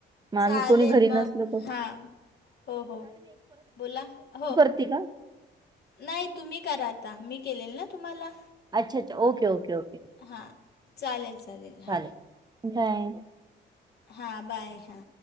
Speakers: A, on the right; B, on the left.
A: मग आम्ही
B: चालेल
A: कोणी घरी
B: मग
A: नसलो तर
B: हा हो हो बोला हो.
A: तिला.
B: नाही तुम्ही करा आता मी केलेल ना तुम्हाला.
A: अच्छा अच्छा ओके ओके ओके
B: हां चालेल हां
A: चालेल ठिकाय.
B: हा बाय हा.